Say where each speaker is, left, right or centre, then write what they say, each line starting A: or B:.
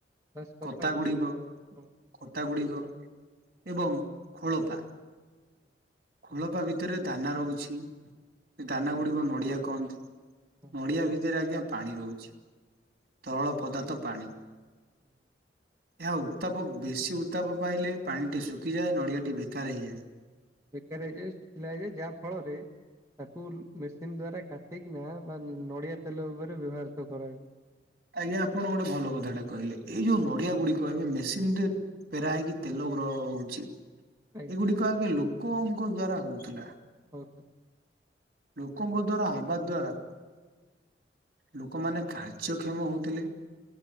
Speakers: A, on the right; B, on the right.
A: ବାସ୍ କଥା
B: କତା ଗୁଡିକ
A: ହୁଁ
B: କତା ଗୁଡିକ
A: ହୁଁ
B: ଏବଂ ଖୋଳପା
A: ହୁଁ।
B: ଖୋଳପ ଭିତରେ ଦାନା ରହୁଛି। ସେ ଦାନା ଗୁଡିକନ ଓଡ଼ିଆ କହନ୍ତି।
A: ହୁଁ ହୁଁ
B: ଓଡିଆ ଭିତରେ ଆଜ୍ଞା ପାଣି ରହୁଛି ତରଳ ପଦାର୍ଥ ପାଣି
A: ହୁଁ।
B: ଏହା ଉତ୍ତାପ ବେଶୀ ଉତ୍ତାପ ପାଇଲେ ପାଣିଟି ଶୁଖିଯାଏ ନଡ଼ିଆଟି ବେକାର ହେଇଯାଏ।
A: ବେକାର ହେଇଯାଏ ଶୁଖିଲା ହେଇଯାଏ ଯାହା ଫଳରେ ତାକୁ ମେସିନ ଦ୍ଵାରା କାଟିକିନା ବା ନଡିଆ ତେଲ ଉପରେ ବ୍ୟବହୃତ କରା।
B: ଆଜ୍ଞା ଆପଣ ଗୋଟେ ଭଲ କଥାଟା କହିଲେ ଏଇ ଯୋଉ ପରଡିଆ ଗୁଡିକ ଏବେ ମେସିନ ରେ ପେରା ହେଇକି ତେଲ ଗ୍ର ହଉଛି।
A: ଆଜ୍ଞା
B: ଏଗୁଡିକ ଆଗେ କଙ୍କ ଦ୍ଵାରା ହଉଥିଲା।
A: ହଉ ତ
B: ଲୋକଙ୍କ ଦ୍ଵାରା ହବା ଦ୍ଵାରା ଲୋକମାନେ କାର୍ଯ୍ୟକ୍ଷମ ହଉଥିଲେ